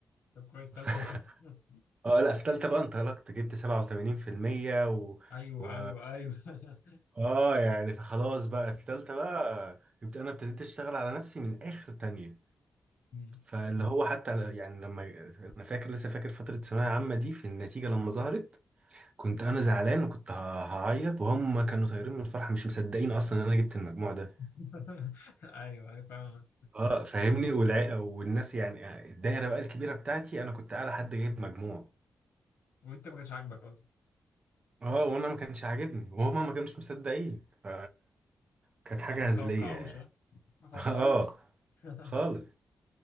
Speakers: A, on the left (about 85°); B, on the right (about 35°).
A: طب كويس تالتة
B: ف...
A: بقى
B: <laughs>
A: <laughs>
B: اه لا في تالتة بقى انطلقت جبت سبعة وتمانين في المية و...
A: ايوه
B: و...
A: ايوه ايوه <laughs>
B: اه يعني فخلاص بقى في تالتة بقى جبت أنا ابتديت أشتغل على نفسي من آخر تانية
A: مم.
B: فاللي
A: مم.
B: هو حتى يعني لما أنا فاكر لسه فاكر فترة ثانوية عامة دي في النتيجة لما ظهرت كنت انا زعلان وكنت ه- هعيط وهم كانوا طايرين من الفرحه مش مصدقين اصلا ان انا جبت المجموع ده
A: <laughs> ايوه ايوه فاهمك
B: اه فاهمني والع- والناس يعني الدايره بقى الكبيره بتاعتي انا كنت اعلى حد جايب مجموع
A: وانت ما كانش عاجبك اصلا
B: اه وانا ما كانش عاجبني وهما ما كانوش مصدقين ف كانت حاجه
A: ما
B: هزليه
A: توقعوش
B: يعني
A: ها ما توقعوش
B: <laughs> اه
A: <laughs>
B: خالص